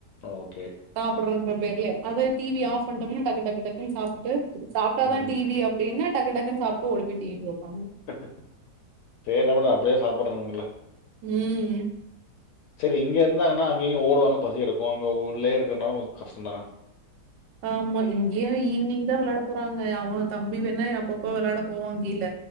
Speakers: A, on the left; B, on the right.
A: ஓகே.
B: சாப்பிடுறங்க பெர்ல அது டிவி ஆஃப் பண்டோம்ன டக்கு டக்கு டக்குனு சாப்ட்டு சாப்ட்டாதா
A: ம்.
B: டிவி அப்படின்னா டக்கு டக்குனு சாப்ட்டு ஓடி போய் டீவி பாப்பாங்க
A: சரி <unintelligible> அப்படியாசு சாப்பிட்றங்கல்ல
B: உம்
A: சரி இங்க இருந்தாங்கனா அங்கேயு ஓடுவாங்க பசி எடுக்கு அங்க உள்ளயே இருக்றனால கொஞ்சோ கஷ்ட தானே
B: ஆமா இங்கேயு ஈவினிங் தா விளாட போறாங்க அவ தம்பி வேணா அப்பப்போ விளாட போவா கீழ